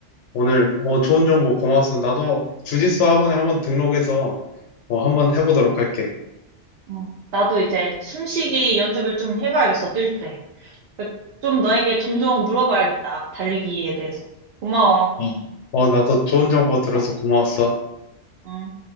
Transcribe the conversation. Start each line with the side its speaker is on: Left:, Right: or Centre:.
Left: 오늘, 어, 좋은 정보 고마웠어. 나도 주짓수 학원에 한번 등록해서, 어, 한번 해보도록 할게.
Right: 어, 나도 이제 숨쉬기 연습을 좀 해봐야겠어, 뛸 때. 좀 너에게 종종 물어봐야겠다, 달리기에 대해서. 고마워.
Left: 어, 어, 나도 좋은 정보 들어서 고마웠어.
Right: 음.